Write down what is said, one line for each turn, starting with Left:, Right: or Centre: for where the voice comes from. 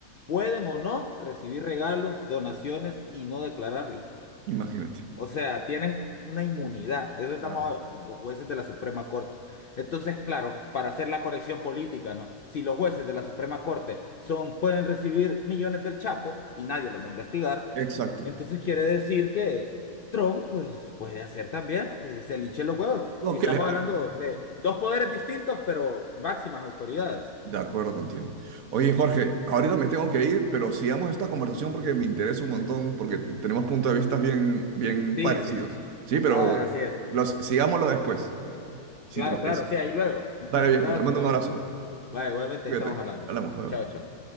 Left: pueden o no recibir regalos, donaciones y no declararlos.
Right: Imagínate.
Left: O sea, tienen una inmunidad. Eso estamos
Right: Claro.
Left: a- los jueces de la Suprema Corte. Entonces, claro, para hacer la corrección política, ¿no? Si los jueces de la Suprema Corte son, pueden recibir millones del Chapo y nadie los va a investigar,
Right: Exacto.
Left: entonces quiere decir que Trump, pues, puede hacer también lo que se liche los huevos.
Right: Lo
Left: Si estamos
Right: que le hagan.
Left: hablando de dos poderes distintos, pero máximas autoridades.
Right: De acuerdo contigo. Oye, Jorge, ahorita me tengo que ir, pero sigamos esta conversación porque me interesa un montón, porque tenemos puntos de vista bien, bien
Left: Sí,
Right: parecidos.
Left: sí.
Right: Sí, pero
Left: Ah, así es.
Right: los, sigámoslo después, si
Left: Claro,
Right: te parece.
Left: claro, sí, ahí luego. Un
Right: Dale,
Left: placerazo.
Right: viejo, te mando un abrazo.
Left: Va, igualmente
Right: Cuídate.
Left: estamos hablando.
Right: Hablamos, bye
Left: Chao,
Right: bye.
Left: chao.